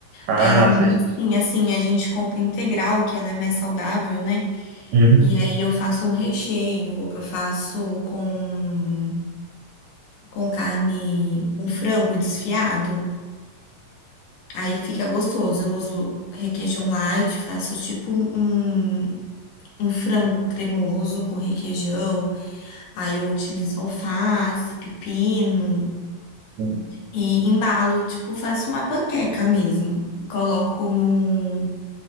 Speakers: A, on the right; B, on the left.
A: Ah,
B: Aí ela é uma
A: vocês...
B: massinha, assim, a gente compra integral, que ela é mais saudável, né?
A: Uhum.
B: E aí eu faço um recheio, eu faço com, com carne, com frango desfiado. Aí fica gostoso. Eu uso requeijão light, faço tipo um, um um frango cremoso com requeijão. Aí eu utilizo alface, pepino
A: Uhum.
B: e embalo, tipo, faço uma panqueca mesmo. Coloco no